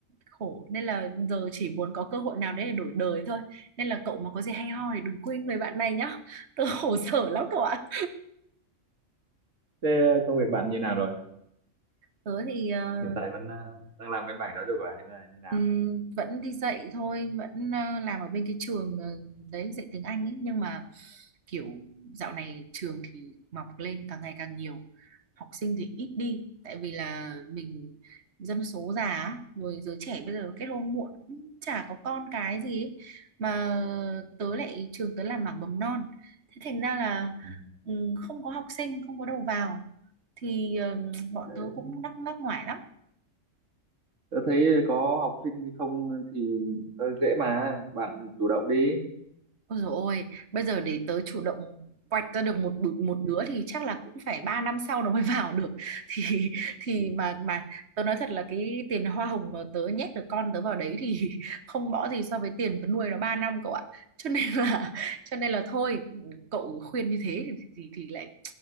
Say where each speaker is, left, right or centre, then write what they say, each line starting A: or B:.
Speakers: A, on the right (about 55°); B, on the right (about 70°).
A: khổ nên là giờ chỉ muốn có cơ hội nào đấy để đổi đời thôi nên là cậu mà có gì hay ho thì đừng quên người bạn này nhá <laughs> tớ khổ sở lắm cậu ạ
B: thế công việc bạn như nào rồi
A: tớ thì ờ,
B: hiện tại vẫn à, đang làm bên mảng giáo dục à hay là như nào
A: Ừm, vẫn đi dạy thôi vẫn ờ, làm ở bên cái trường ờ, đấy dạy tiếng Anh ấy nhưng mà kiểu dạo này trường thì mọc lên càng ngày càng nhiều học sinh thì ít đi tại vì là mình dân số già á, rồi giới trẻ bây giờ kết hôn muộn cũng chả có con cái gì ấy. mà tớ lại trường tớ làm mảng mầm non thế thành ra là
B: Ừ.
A: ừm, không có học sinh không có đầu vào thì ờ, bọn
B: Đấy.
A: tớ cũng đắc ngắc ngoải lắm
B: tớ thấy có học sinh không thì tớ dễ mà bạn chủ động đi
A: Ôi dồi ôi, bây giờ để tớ chủ động quạch ra được một bự- một đứa thì chắc là cũng phải 3 năm sau nó mới vào được. <laughs> Thì thì
B: Ừ.
A: mà mà tớ nói thật là cái tiền hoa hồng mà tớ nhét được con tớ vào đấy thì <laughs> không bỏ gì so với tiền tớ nuôi nó 3 năm cậu ạ. Cho nên là cho nên là thôi, cậu khuyên như thế thì thì, thì thì lại